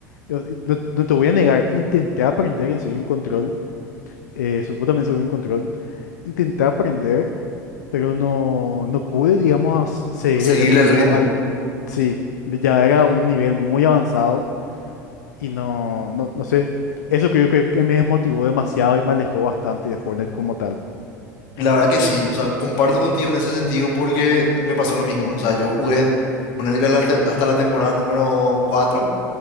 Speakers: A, on the left; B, on the left.
A: Yo- y No, no te voy a negar, intenté aprender en serio en control, eh, supo también seguro en control, intenté aprender, pero no, no pude, digamos, as- seguir
B: Seguirle
A: el ritmo.
B: el ritmo.
A: al- Sí, ya era un nivel muy avanzado Y no, no, no sé. Eso creo que, que me desmotivó demasiado y me alejó bastante de Fortnite como tal.
B: Y La verdad que sí, o sea, comparto contigo en ese sentido porque me pasó lo mismo. O sea, yo jugué, ponerle que hasta, hasta la temporada número 4